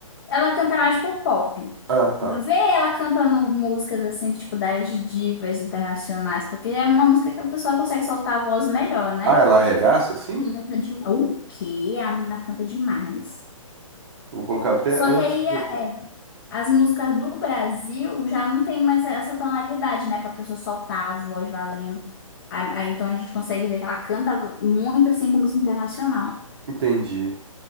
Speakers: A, on the left; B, on the right.
A: Ela canta mais pro pop.
B: Ah, tá.
A: Vê ela cantando músicas assim, tipo das divas internacionais, porque é uma música que a pessoa consegue soltar a voz melhor, né?
B: Ah, ela arregaça, sim?
A: Canta demais. O quê? A mina canta demais.
B: Vou colocar até
A: Só
B: antes
A: que aí
B: e depois.
A: é, As músicas do Brasil já não tem mais essa tonalidade, né? Pra pessoa soltar a voz valendo. Aí, aí, então a gente consegue ver que ela canta muito assim com música internacional.
B: Entendi.